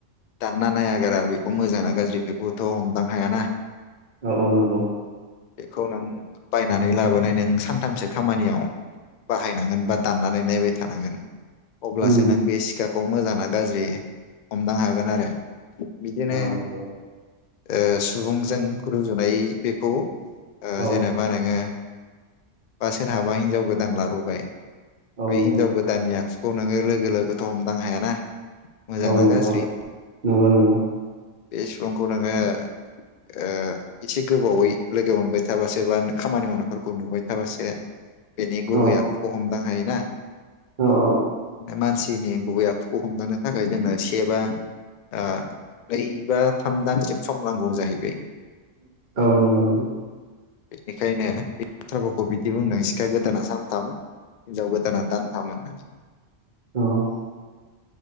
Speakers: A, on the left; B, on the right.
A: दानना नायागारा बेखौ मोजांना गाज्रि बेखौथ' हमदां हायाना
B: औ औ नंगौ
A: बेखौ नों बायनानै लाबोनाय नों सानथामसो खामानियाव बाहायनांगोन बा दाननानै नायबाय थानांगोन अब्लासो
B: उम
A: नों बे सिखाखौ मोजाङा गाज्रि हमदां हागोन आरो बिदिनो
B: औ नंगौ
A: ओ सुबुंजों रुजुनाय बेखौ ओ
B: औ
A: जेनेबा नोङो बा सोरहाबा हिनजाव गोदान लाबोबाय
B: औ
A: बे
B: नंगौ
A: हिनजाव गोदाननि आखुखौ नोङो लोगो लोगोथ' हमदां हायाना मोजां
B: औ
A: ना
B: नंगौ
A: गाज्रि
B: नंगौ नंगौ
A: बे सुबुंखौ नोङो ओ इसे गोबावै लोगो मोनबाय थाबासो बा खामानि मावनायफोरखौ नुबाय थाबासो बेनि गुबै
B: औ
A: आखुखौ हमदां हायोना।
B: औ औ
A: मानसिनि गुबै आखुखौ हमदानो थाखाय जोंनो सेबा ओ नै बा थाम दानसिम सम नांगौ जाहैबाय
B: औ नंगौ नंगौ
A: बेनिखायनो बे बाथ्राफोरखौ बिदि बुंदों सिखा गोदाना सानथाम हिनजाव गोदाना दानथाम होनना
B: औ